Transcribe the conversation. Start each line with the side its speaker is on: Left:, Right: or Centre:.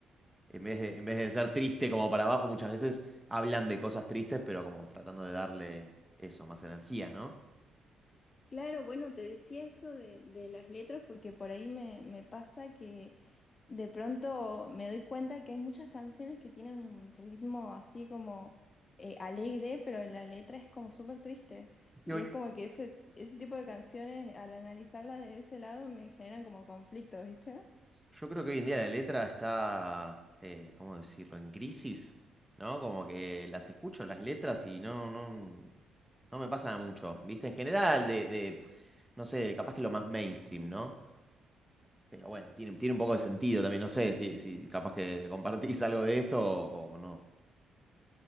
Centre: en vez de, en vez de ser triste como para abajo, muchas veces hablan de cosas tristes, pero como tratando de darle eso, más energía, ¿no?
Left: Claro, bueno, te decía eso de, de las letras porque por ahí me, me pasa De pronto me doy cuenta que hay muchas canciones que tienen un ritmo así como eh, alegre, pero la letra es como súper triste.
Centre: que
Left: Y
Centre: hoy,
Left: es como que ese, ese tipo de canciones, al analizarlas desde ese lado, me generan como conflicto, ¿viste?
Centre: Yo creo que hoy en día la letra está, eh, ¿cómo decirlo?, en crisis, ¿no? Como que las escucho, las letras, y no, no, no me pasa mucho, ¿viste? En general, de, de, no sé, capaz que lo más mainstream, ¿no? Pero bueno, tiene, tiene un poco de sentido también, no sé si, si capaz que compartís algo de esto o, o no.